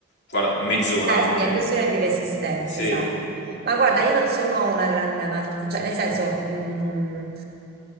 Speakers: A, on the left; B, on the right.
A: guarda, mezz'ora
B: Eh
A: anche.
B: sì, è questione di resistenza,
A: Sì.
B: esatto. Ma guarda, io non sono una grande amante, cioè nel senso, mh,